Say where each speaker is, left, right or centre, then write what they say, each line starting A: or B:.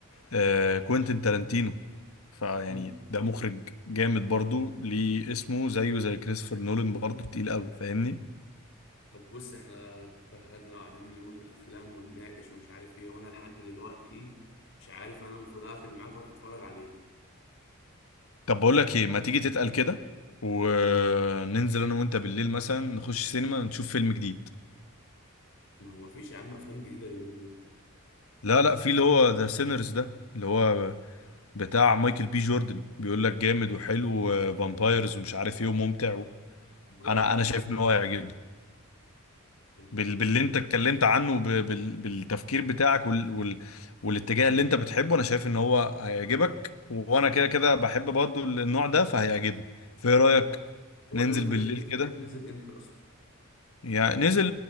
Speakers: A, on the left (about 80°); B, on the left (about 60°).
A: آه كوينتين تارانتينو فيعني
B: مم.
A: ده مخرج جامد برضو ليه اسمه زيه زي كريستوفر نولان برضو تقيل قوي فاهمني
B: طب بص احنا اتخدنا قاعدين نقول افلام ونناقش ومش عارف ايه وانا لحد دلوقتي مش عارف انا المفروض اقفل معاك واروح اتفرج على ايه
A: طب بقول لك ايه ما تيجي تتقل كده وننزل انا وانت بالليل مثلا نخش سينما نشوف فيلم جديد
B: ما هو مفيش يا عم افلام جديدة اليومين دول
A: لا لا في اللي هو ذا سينرز ده اللي هو بتاع مايكل بي جوردن بيقول لك جامد وحلو وفامبايرز ومش عارف ايه وممتع و...
B: بجد
A: انا انا شايف ان هو هيعجبني
B: والله
A: بال... باللي
B: بص
A: انت اتكلمت عنه وب... بال... بالتفكير بتاعك وال... وال... والاتجاه اللي انت بتحبه انا شايف ان هو هيعجبك وانا كده كده بحب برضه النوع ده فهيعجبني فايه
B: ماشي.
A: رأيك
B: هو
A: ننزل
B: نزل
A: بالليل
B: امتى الفيلم
A: كده
B: ده نزل امتى اصلا
A: يعني نزل